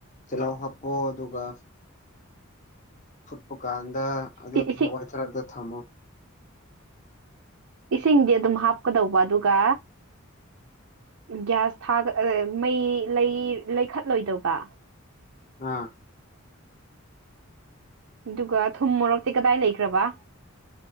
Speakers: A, on the left; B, on the right.
A: ꯇꯤꯜꯍꯧ ꯍꯥꯞꯄꯣ ꯑꯗꯨꯒ ꯐꯨꯠꯄꯀꯥꯟꯗ ꯑꯗꯨ
B: ꯏꯁꯤꯡ
A: ꯍꯋꯥꯏꯊꯔꯥꯛꯇꯣ ꯊꯝꯃꯣ
B: ꯏꯁꯤꯡꯗꯤ ꯑꯗꯨꯝ ꯍꯥꯞꯀꯗꯧꯕ ꯑꯗꯨꯒ ꯒ꯭ꯌꯥꯁ ꯊꯥ ꯃꯩ ꯂꯩ ꯂꯩꯈꯠꯂꯣꯏꯗꯧꯕ
A: ꯑꯥ
B: ꯑꯗꯨꯒ ꯊꯨꯝ ꯃꯣꯔꯣꯛꯛꯇꯤ ꯀꯗꯥꯏ ꯂꯩꯈ꯭ꯔꯕ